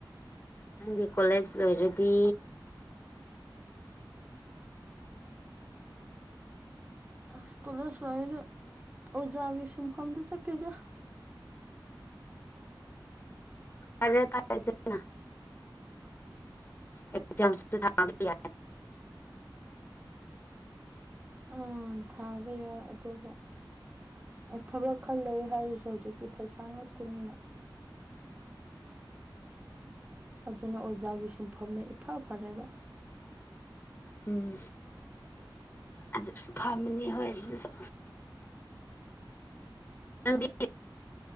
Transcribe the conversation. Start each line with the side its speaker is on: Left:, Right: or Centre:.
Left: ꯅꯪꯗꯤ ꯀꯣꯂꯦꯖ ꯂꯣꯏꯔꯗꯤ
Right: ꯑ ꯁꯀꯨꯜꯂꯁꯨꯗ ꯑꯣꯖꯥꯒꯤ ꯁꯤꯟꯐꯝꯗ ꯆꯠꯀꯦꯗ
Left: ꯐꯔꯦ ꯇꯔꯥꯏꯗꯅ ꯑꯦꯛꯖꯥꯝꯁꯨ ꯊꯥꯕ ꯌꯥꯏ
Right: ꯎꯝ ꯊꯥꯕ ꯌꯥꯏ ꯑꯗꯨꯕꯨ ꯊꯕꯛ ꯈꯔ ꯂꯩ ꯍꯥꯏꯔꯤꯁꯨ ꯍꯧꯖꯤꯛꯇꯤ ꯐꯩꯁꯥ ꯉꯇꯅꯤꯅ ꯑꯗꯨꯅ ꯑꯣꯖꯥꯒꯤ ꯁꯨꯡꯐꯝꯅ ꯏꯐ ꯐꯔꯦꯕ
Left: ꯎꯝ ꯑꯗꯨ ꯐꯝꯃꯅꯤ ꯍꯣꯏ ꯑꯗꯨꯁꯨ ꯅꯪꯗꯤ